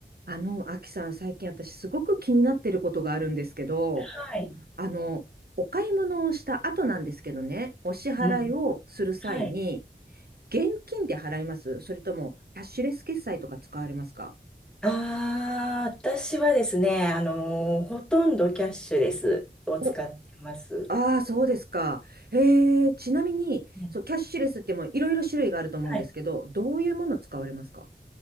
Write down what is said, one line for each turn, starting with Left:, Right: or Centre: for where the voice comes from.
Right: あの、アキさん、最近私すごく気になってることがあるんですけど、
Centre: はい。
Right: あの、お買い物をした後なんですけどね、お支払いをする際に、
Centre: うん。はい。
Right: 現金で払いますそれとも、キャッシュレス決済とか使われますか
Centre: ああ、私はですね、あのーほとんどキャッシュレスを使ってます。
Right: お、ああ、そうですか。へえ、ちなみに、
Centre: うん
Right: そう、キャッシュレスってもいろいろ種類があると思うんですけど、
Centre: はい。
Right: どういうもの使われますか